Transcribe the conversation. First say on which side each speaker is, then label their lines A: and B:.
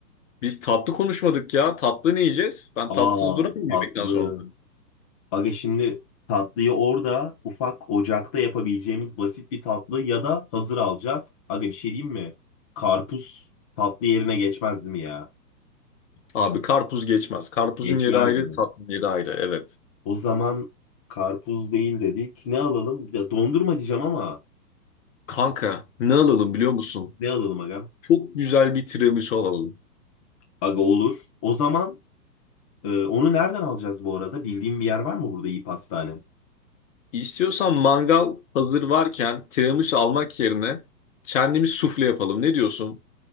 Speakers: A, on the left (about 50°); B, on the left (about 20°).
A: Biz tatlı konuşmadık ya. Tatlı ne yiyeceğiz? Ben
B: Aa
A: tatsız duramam
B: tatlı.
A: yemekten sonra.
B: Aga şimdi tatlıyı orada ufak ocakta yapabileceğimiz basit bir tatlı ya da hazır alacağız. Aga bir şey diyeyim mi? Karpuz tatlı yerine geçmez mi ya?
A: Abi karpuz geçmez. Karpuzun
B: Geçmez
A: yeri ayrı,
B: mi?
A: tatlının yeri ayrı. Evet.
B: O zaman karpuz değil dedik. Ne alalım? Ya dondurma diyeceğim ama
A: Kanka ne alalım biliyor musun?
B: ne alalım agam?
A: Çok güzel bir tiramisu alalım.
B: Aga olur. O zaman e, onu nereden alacağız bu arada? Bildiğim bir yer var mı burada iyi pastane?
A: İstiyorsan mangal hazır varken tiramisu almak yerine kendimiz sufle yapalım. Ne diyorsun?